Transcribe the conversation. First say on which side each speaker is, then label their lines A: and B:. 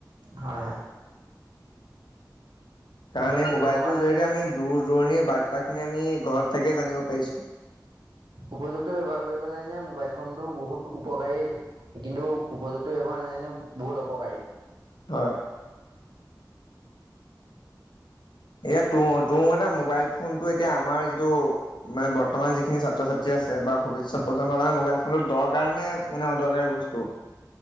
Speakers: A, on the right; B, on the left.
A: হয় হয়
B: কাৰণ
A: মোবাইলটো
B: এই মোবাইলটোৰ
A: ব্যৱহাৰ
B: জৰিয়তে আমি দূৰ দূৰণিৰ বাকী আমি ঘৰত থাকিয়েই যানিব পাৰিছো
A: উপযুক্ত ব্যৱহাৰ কৰিবলৈ নে মোবাইল ফোনটো বহুত উপকাৰী কিন্তু উপযুক্ত ব্যৱহাৰ নাজানে বহুত অপকাৰী
B: হয় এতিয়া ত তোৰ মতে মোবাইল ফোনটো এতিয়া আমাৰ যিটো মানে বৰ্তমান যিখিনি ছাত্ৰ ছাত্ৰী আছে বা ভৱিষ্যত প্ৰজন্মৰ কাৰে মোবাইল ফোনটো দৰ কাৰণে মানে অদৰকাৰী বস্তু?